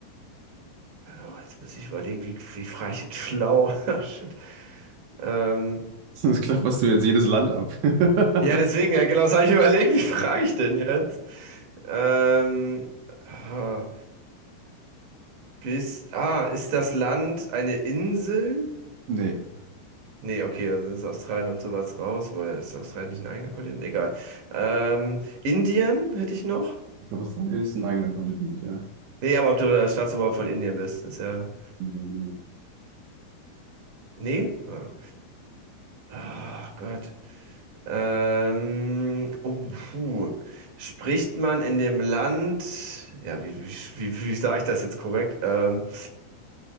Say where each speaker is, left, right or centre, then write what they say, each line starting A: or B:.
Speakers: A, on the right (about 50°); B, on the right (about 75°).
A: Oh, jetzt muss ich überlegen, wie, wie frage ich jetzt schlau? <laughs> Ah, Shit. Ähm,
B: Sonst klapperst du jetzt jedes Land ab. <laughs>
A: ja, deswegen, ja, genau, das habe ich <laughs> überlegt, wie frage ich denn jetzt? Ähm, ah, bis, ah, ist das Land eine Insel?
B: Nee.
A: Nee, okay, dann ist Australien und sowas raus. Woher ist Australien nicht ein eigener Kontinent? Egal. Ähm, Indien hätte ich noch?
B: Ich glaube, Australien ist ein eigener Kontinent, ja.
A: Nee, aber ob du der Staatsoberhaupt von Indien bist, ist ja.
B: Ne,
A: Nee? Ah. Oh Gott. Ähm, oh, puh. Spricht man in dem Land, ja, wie, wie, wie, wie sage ich das jetzt korrekt? Ähm,